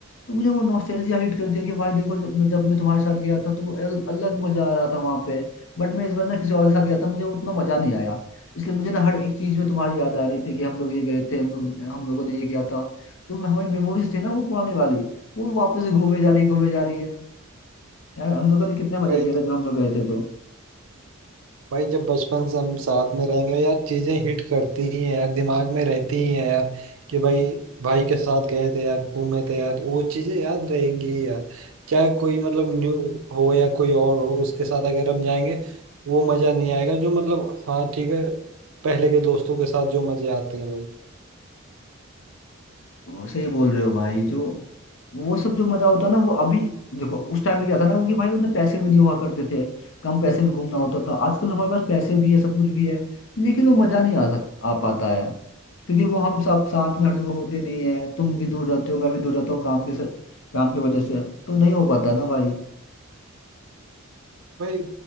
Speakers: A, on the left; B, on the right.
A: तो मुझे वो नॉस्टैल्जिया हिट कर दिया कि भाई देखो जब मैं जब मैं तुम्हारे साथ गया था तो वो अल, अलग मजा आ रहा था वहां पे बट मैं इस बार ना किसी और के साथ गया था मुझे उतना मजा नहीं आया इसलिए मुझे ना हर एक चीज में तुम्हारी याद आ रही थी कि हम लोग ये गए थे हम लोग हम लोगों ने ये किया था जो हमारी मेमोरीज थी ना वो पुरानी वाली वो वापस से घूमे जा रही घूमे जा रही है यार हम लोगों ने कितने मजा
B: भाई
A: किया था जब हम लोग गए थे तो।
B: भाई जब बचपन से हम साथ में रहेंगे यार चीजें हिट करती ही हैं यार दिमाग में रहती ही हैं यार कि भाई भाई के साथ गए थे यार घूमे थे यार वो चीजें याद रहेंगी ही यार चाहे कोई मतलब न्यू हो या कोई और हो उसके साथ अगर हम जाएंगे वो मजा नहीं आएगा जो मतलब हाँ ठीक है पहले के दोस्तों के साथ जो मजे आते हैं
A: वो सही बोल रहे हो भाई जो वो सब जो मजा होता है ना वो अभी देखो उस टाइम पे क्या था ना कि भाई उतने पैसे भी नहीं हुआ करते थे कम पैसे में घूमना होता था आजकल हमारे पास पैसे भी है सब कुछ भी है लेकिन वो मजा नहीं आ सक आ पाता है क्योंकि वो हम सब साथ में हर जगह होते नहीं है तुम भी दूर रहते हो मैं भी दूर रहता हूँ काम के से- काम की वजह से तो नहीं हो पाता ना भाई
B: भाई